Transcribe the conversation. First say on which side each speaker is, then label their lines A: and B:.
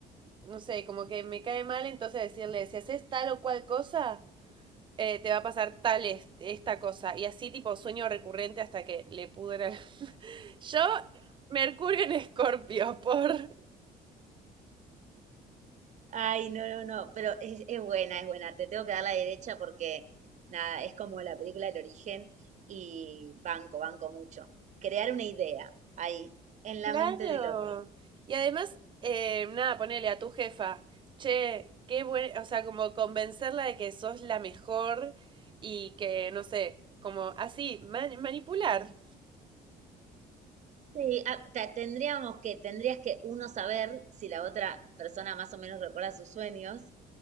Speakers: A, on the right (about 30°); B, on the right (about 45°).
A: no sé, como que me cae mal, entonces decirle, si haces tal o cual cosa, eh, te va a pasar tal es- esta cosa. Y así tipo sueño recurrente hasta que le pudra. <laughs> Yo, Mercurio en Escorpio, por...
B: Ay, no, no, no, pero es, es buena, es buena. Te tengo que dar la derecha porque, nada, es como la película del origen y banco, banco mucho. Crear una idea ahí, en
A: Claro.
B: la mente del otro.
A: Y además, eh, nada, ponele a tu jefa, che, qué buen, o sea, como convencerla de que sos la mejor y que, no sé, como así, man- manipular.
B: Sí, ah, ta- tendríamos que, tendrías que uno saber si la otra persona más o menos recuerda sus sueños.